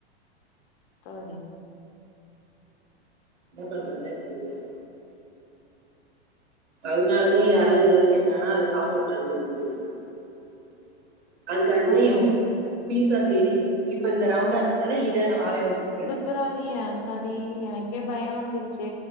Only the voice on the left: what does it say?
தோழி
ஆமா
இவ்
குடுத்துறாதிங்க ஆத்தாடி எனக்கே பய வந்துருச்சு